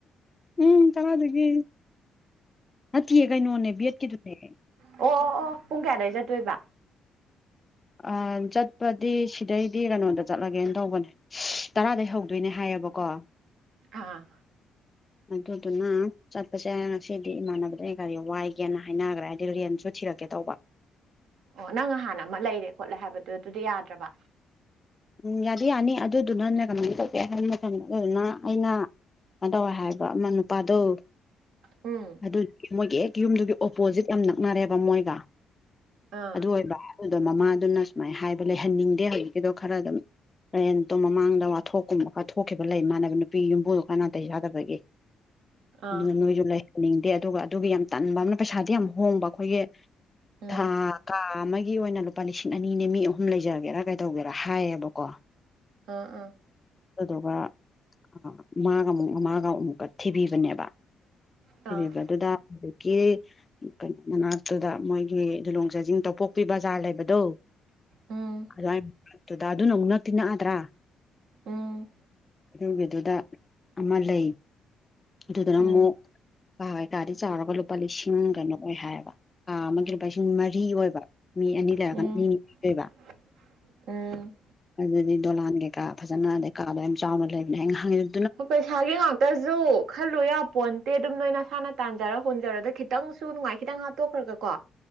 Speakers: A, on the left; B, on the right.
A: ꯎꯝ ꯇꯔꯥꯗꯒꯤ ꯅꯠꯇꯌꯦ ꯀꯩꯅꯣꯅꯦ ꯕꯦꯠꯀꯤꯗꯨꯅꯦ
B: ꯑꯣ ꯑꯣ ꯑꯣ ꯄꯨꯡ ꯀꯌꯥꯗꯋꯥꯏ ꯆꯠꯇꯣꯏꯕ
A: ꯑ ꯆꯠꯄꯗꯤ ꯁꯤꯗꯩꯗꯤ ꯔꯥꯅꯣꯗ ꯆꯠꯂꯒꯦꯅ ꯇꯧꯕꯅꯦ ꯇꯔꯥꯗꯒꯤꯩ ꯍꯧꯗꯣꯏꯅꯦ ꯍꯥꯏꯔꯦ ꯌꯥꯕꯣ ꯀꯣ
B: ꯑꯥ
A: ꯑꯗꯨꯗꯨꯅ ꯆꯠꯄꯁꯦ ꯉꯁꯤꯗꯤ ꯏꯃꯥꯟꯅꯕꯗꯩ ꯀꯔꯤ ꯋꯥꯏꯒꯦꯅ ꯍꯥꯏꯅꯈ꯭ꯔꯦ ꯍꯥꯏꯗꯤ ꯔꯦꯟꯁꯨ ꯊꯤ ꯊꯤꯔꯛꯀꯦ ꯇꯧꯕ
B: ꯑꯣ ꯅꯪ ꯍꯥꯟꯅ ꯑꯃ ꯂꯩꯔꯦ ꯈꯣꯠꯂꯦ ꯍꯥꯏꯕꯗꯨꯣ ꯑꯗꯨꯗꯤ ꯌꯥꯗ꯭ꯔꯕ
A: ꯎꯝ ꯌꯥꯗꯤ ꯌꯥꯅꯤ ꯑꯗꯨꯗꯨꯅꯅ ꯀꯃꯥꯏꯅ ꯇꯧꯒꯦ ꯍꯥꯏꯟꯕ ꯃꯇꯝꯟꯗ ꯑꯗꯨꯅ ꯑꯩꯅ ꯀꯥꯏ ꯇꯧꯋꯦ ꯍꯥꯏꯕ ꯏ ꯅꯨꯄꯥꯗꯨꯣ
B: ꯎꯝ
A: ꯑꯗꯨꯗꯤ ꯃꯣꯏꯒꯤ ꯍꯦꯛ ꯌꯨꯝꯗꯨꯒꯤ ꯑꯣꯄꯣꯖꯤꯠ ꯌꯥꯝ ꯅꯛꯅꯔꯦꯕ ꯃꯣꯏꯒ
B: ꯑꯥ
A: ꯑꯗꯨ ꯑꯣꯏꯕ ꯑꯗꯨꯗꯣ ꯃꯃꯥꯗꯨꯅ ꯁꯨꯃꯥꯏꯅ ꯍꯥꯏꯕ ꯂꯩꯍꯟꯅꯤꯡꯗꯦ ꯍꯧꯖꯤꯛꯀꯤꯗꯣ ꯈꯔ ꯑꯗꯨꯝ ꯍꯦꯟꯇꯣ ꯃꯃꯥꯡꯗ ꯋꯥꯊꯣꯛꯀꯨꯝꯕ ꯈꯔ ꯊꯣꯛꯈꯤꯕ ꯂꯩꯃꯥꯟꯅꯕ ꯅꯨꯄꯤ ꯌꯨꯝꯕꯨꯗꯣ ꯀꯥꯏꯅꯥꯟꯇ ꯌꯥꯗꯕꯒꯤ
B: ꯑꯥ
A: ꯑꯗꯨꯅ ꯅꯣꯏꯁꯨ ꯂꯩꯍꯟꯅꯤꯡꯗꯦ ꯑꯗꯨꯒ ꯑꯗꯨꯒꯤ ꯌꯥꯝ ꯇꯟꯕ ꯑꯃꯅ ꯄꯩꯁꯥꯗꯤ ꯌꯥꯝ ꯍꯣꯡꯕ ꯑꯩꯈꯣꯏꯒꯤ
B: ꯎꯝ
A: ꯊꯥ ꯀꯥ ꯑꯃꯒꯤ ꯑꯣꯏꯅ ꯂꯨꯄꯥ ꯂꯤꯁꯤꯡ ꯑꯅꯤꯅꯦ ꯃꯤ ꯑꯍꯨꯝ ꯂꯩꯖꯒꯦꯔꯥ ꯀꯩ ꯇꯧꯒꯦꯔꯥ ꯈ ꯍꯥꯏꯌꯦꯕꯀꯣ
B: ꯑꯥ ꯑꯥ
A: ꯑꯗꯨꯗꯨꯒ ꯑ ꯃꯥꯒ ꯑꯃꯨꯛ ꯃꯃꯥꯒ ꯑꯃꯨꯛꯀ ꯊꯤꯕꯤꯕꯅꯦꯕ
B: ꯑꯥ
A: ꯊꯤꯕꯤꯕ ꯑꯗꯨꯗ ꯀꯣ ꯃꯅꯥꯛꯇꯨꯗ ꯃꯣꯏꯒꯤ ꯨꯂꯣꯡ ꯆꯥꯖꯤꯡ ꯇꯧꯄꯣꯛꯄꯤ ꯕꯖꯥꯔ ꯂꯩꯕꯗꯣ
B: ꯎꯝ
A: ꯑꯗꯨꯗ ꯑꯗꯨꯅ ꯑꯃꯨꯛ ꯅꯛꯇꯤ ꯅꯛꯑꯗ꯭ꯔꯥ
B: ꯎꯝ
A: ꯑꯗꯨꯒꯤꯗꯨꯗ ꯑꯃ ꯂꯩ ꯑꯗꯨꯗꯨꯅ
B: ꯎꯝ
A: ꯑꯃꯨꯛ ꯀꯥ ꯍꯣꯏ ꯀꯥꯗꯤ ꯆꯥꯎꯔꯒ ꯂꯨꯄꯥ ꯂꯤꯁꯤꯡ ꯀꯩꯅꯣ ꯑꯣꯏ ꯍꯥꯏꯌꯦꯕ ꯀꯥ ꯑꯃꯒꯤ ꯂꯨꯄꯥ ꯂꯤꯁꯤꯡ ꯃꯔꯤ ꯑꯣꯏꯕ ꯃꯤ ꯑꯅꯤ ꯂꯩꯔꯒꯅ
B: ꯎꯝ
A: ꯃꯤꯅꯤꯅꯤ ꯂꯩꯕ
B: <unintelligible> ꯎꯝ
A: ꯑꯗꯨꯗꯤ ꯗꯣꯂꯥꯟ ꯀꯩꯀꯥ ꯐꯖꯅ ꯑꯗꯩ ꯀꯥꯗ ꯌꯥꯝ ꯆꯥꯎꯅ ꯂꯩꯕꯅꯦ ꯑꯩ ꯉꯥꯏꯍꯥꯛ
B: ꯍ ꯄꯩꯁꯥꯒꯤ ꯉꯥꯛꯇꯁꯨ ꯈꯜꯂꯨ ꯌꯥ ꯄꯣꯟ ꯇꯦ ꯑꯗꯨꯝ ꯅꯣꯏ ꯅꯁꯥꯅ ꯇꯥꯟꯖꯔ ꯍꯨꯟꯖꯔꯗ ꯈꯤꯇꯪꯁꯨ ꯅꯨꯡꯉꯥꯏ ꯈꯤꯇꯪ ꯍꯥꯞꯠꯇꯣꯛꯈ꯭ꯔꯒ ꯀꯣ